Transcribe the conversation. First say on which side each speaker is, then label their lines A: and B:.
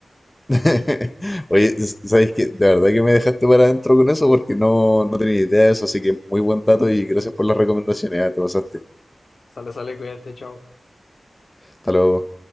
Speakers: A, on the left (about 20°); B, on the left (about 75°).
A: <laughs> Oye, s- ¿sabes qué? De verdad que me dejaste para adentro con eso porque no, no tenía idea de eso, así que muy buen dato y gracias por las recomendaciones, ah, te pasaste.
B: Sale, sale, cuídate, chao.
A: Hasta luego.